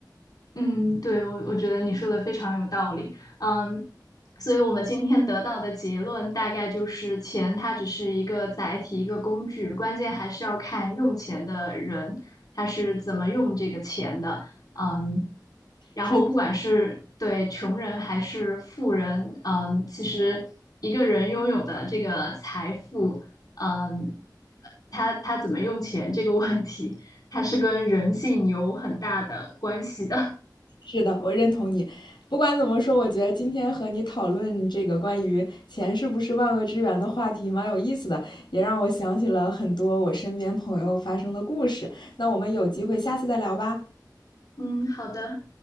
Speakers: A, on the left; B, on the left.
A: 嗯，对，我我觉得你说的非常有道理。嗯，所以我们今天得到的结论大概就是钱它只是一个载体，一个工具，关键还是要看用钱的人他是怎么用这个钱的。嗯，然后不管是对穷人还是富人，
B: 是的
A: 嗯，其实一个人拥有的这个财富，嗯，他他怎么用钱这个问题，它是跟人性有很大的关系的。
B: 是的，我认同你。不管怎么说，我觉得今天和你讨论这个关于钱是不是万恶之源的话题蛮有意思的，也让我想起了很多我身边朋友发生的故事。那我们有机会下次再聊吧。
A: 嗯，好的，